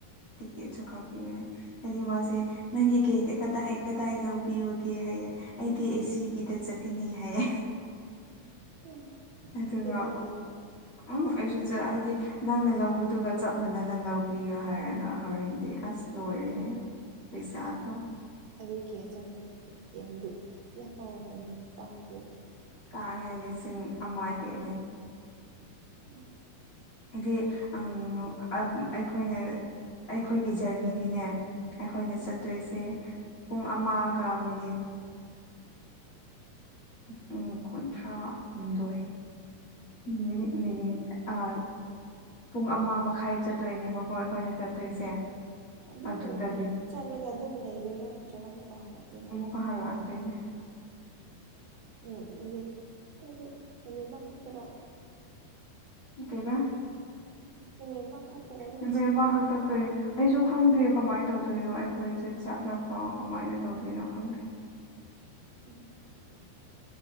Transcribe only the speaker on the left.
ꯇꯤꯛꯀꯦꯠꯁꯨ ꯀꯥꯞꯄꯤꯕꯅꯦ ꯍꯥꯏꯗꯤ ꯃꯥꯁꯦ ꯅꯪꯒꯤ ꯀꯩꯗ ꯀꯗꯥꯏ ꯀꯗꯥꯏ ꯂꯧꯕꯤꯌꯣꯒꯦ ꯍꯥꯏꯌꯦꯦ ꯑꯩꯗꯤ ꯑꯦꯁꯤꯒꯤꯗ ꯆꯠꯀꯅꯤ ꯍꯥꯏꯌꯦ
ꯑꯗꯨꯒ
ꯎꯝ ꯑꯩꯁꯨ ꯍꯥꯏꯗꯤ ꯅꯪꯅ ꯂꯧꯕꯗꯨꯒ ꯆꯞ ꯃꯥꯟꯅꯅ ꯂꯧꯕꯤꯌꯣ ꯍꯥꯏꯔꯒ ꯍꯣꯔꯦꯟꯗꯤ ꯑꯁ ꯂꯣꯏꯔꯦꯍꯦ ꯄꯩꯁꯥꯗꯣ
ꯇꯥꯡꯉꯦ ꯂꯤꯁꯤꯡ ꯑꯃ ꯍꯦꯜꯂꯦ
ꯍꯥꯏꯗꯤ ꯑꯩꯈꯣꯏꯅ ꯑꯩꯈꯣꯏꯒꯤ ꯖꯔꯅꯤꯗꯤꯅꯦ ꯑꯩꯈꯣꯏꯅ
ꯆꯠꯇꯣꯏꯁꯦ ꯄꯨꯡ ꯑꯃꯒ ꯃꯤꯅꯤꯠ ꯄꯨꯡ ꯀꯨꯟꯊ꯭ꯔꯥꯍꯨꯝꯗꯣꯏ ꯃꯤꯅꯤꯠ
ꯃꯤꯅꯤꯠ ꯑꯃ ꯄꯨꯡ ꯑꯃ ꯃꯈꯥꯏ ꯆꯠꯇꯣꯏꯅꯦꯕꯀꯣ ꯑꯩꯈꯣꯏꯅ ꯆꯠꯇꯣꯏꯁꯦ
ꯑꯗꯨꯗꯗꯤ
ꯍꯜꯂꯥꯛꯇꯣꯏꯅꯦ
ꯀꯩꯕꯥ
ꯅꯨꯃꯤꯠ
ꯑꯃ ꯈꯛꯇ ꯀꯩ ꯑꯩꯁꯨ ꯈꯪꯗꯦ ꯀꯃꯥꯏꯅ ꯇꯧꯗꯣꯏꯅꯣ ꯑꯩꯈꯣꯏꯁꯦ ꯆꯠꯂꯒ ꯀꯃꯥꯏꯅ ꯇꯧꯗꯣꯏꯅꯣ ꯈꯪꯗꯦ